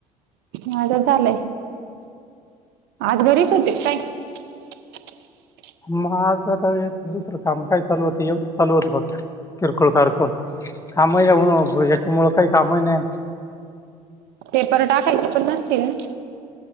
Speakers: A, on the right; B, on the left.
A: माझ चालंय. आज बरी ते काय <unintelligible>
B: मग आज आता हेच दुसरं काम काय चालू होतं एवढंच चालू होतं फक्त किरकोळ कारकोळ कामही याच्यामुळ काही कामही नाही
A: पेपर टाकायचे पण नसतील ना